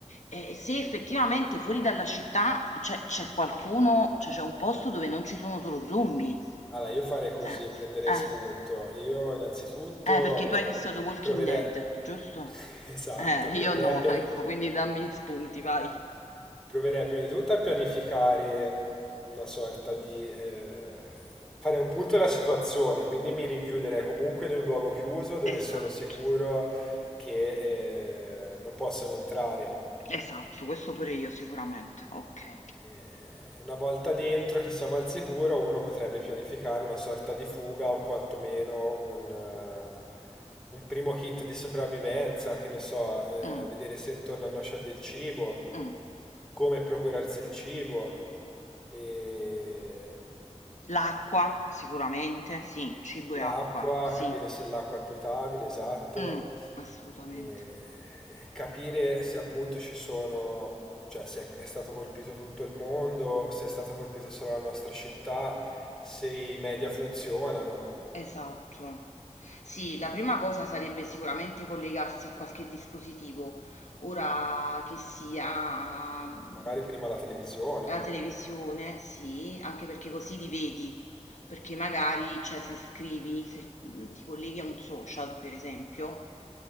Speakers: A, on the left; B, in the centre.
A: eh, se effettivamente fuori dalla città c'è c'è qualcuno, cioè c'è un posto dove non ci sono solo zombie.
B: Allora, io farei così,
A: Eh,
B: prenderei
A: eh.
B: spunto. Io innanzitutto
A: Eh, perché tu
B: eh,
A: hai visto The Walking
B: proverei...
A: Dead,
B: <laughs>
A: giusto?
B: Esatto,
A: Eh,
B: proverei
A: io no,
B: a pian-
A: ecco, quindi dammi spunti, vai.
B: Proverei prima di tutto a pianificare una sorta di... eh, fare un punto della situazione, quindi mi rinchiuderei comunque in un luogo chiuso dove
A: Esatto,
B: sono sicuro che eh, non possono entrare.
A: esatto, questo pure io sicuramente, ok.
B: Eh, una volta dentro che siamo al sicuro, uno potrebbe pianificare una sorta di fuga o quantomeno un, eh, un primo kit di sopravvivenza, che ne so, eh,
A: Mm,
B: vedere se intorno a noi c'è del cibo.
A: mm.
B: come procurarsi il cibo e
A: L'acqua, sicuramente, sì, cibo
B: l'acqua,
A: e acqua, sì,
B: capire se l'acqua è potabile, esatto,
A: Mm, assolutamente.
B: e capire se appunto ci sono, cioè se è stato colpito tutto il mondo, se è stato colpito solo la nostra città, se i media funzionano,
A: Esatto. Sì, la prima cosa sarebbe sicuramente collegarsi a qualche dispositivo, ora che sia... mm,
B: magari prima la televisione,
A: La televisione, sì, anche perché così li vedi, perché magari, cioè, se scrivi, se mm, ti colleghi a un social, per esempio,